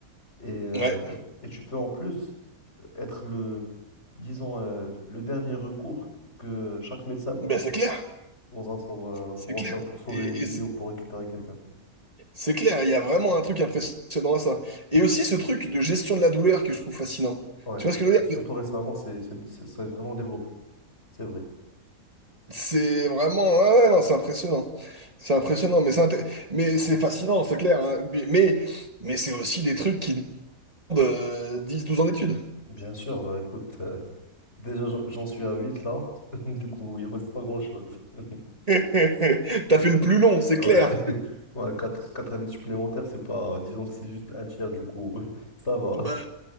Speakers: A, on the left; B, on the right.
A: Et, euh,
B: Ouais,
A: et tu peux en plus être le, disons, euh, le dernier recours que chaque médecin
B: ben c'est clair,
A: aura pour, euh,
B: c'est
A: pour, enfin,
B: clair.
A: pour sauver
B: Et,
A: une vie
B: et c'est
A: ou pour récupérer quelqu'un.
B: c'est clair, il y a vraiment un truc impressionnant à ça. Et aussi ce truc de gestion de la douleur que je trouve fascinant.
A: Ouais,
B: Tu vois ce que je veux
A: surtout
B: dire?
A: récemment, c'est, c'est, c'est- ça s'est vraiment développé, c'est vrai.
B: C'est vraiment, ouais, ouais, non, c'est impressionnant. C'est impressionnant, mais c'est inté- mais c'est fascinant, c'est clair. hein. Mais, mais, mais c'est aussi des trucs qui demandent euh, 10-12 ans d'études.
A: Bien sûr, bah écoute, euh, <laughs> déjà j'en j'en suis à 8 là, <laughs> du coup il reste pas grand-chose. <laughs>
B: <laughs> T'as fait le plus long, c'est
A: Ouais,
B: clair.
A: <laughs> ouais quatre quatre années supplémentaires, c'est pas, euh, disons que c'est juste un tiers du coup, <laughs> ça va.
B: Bah,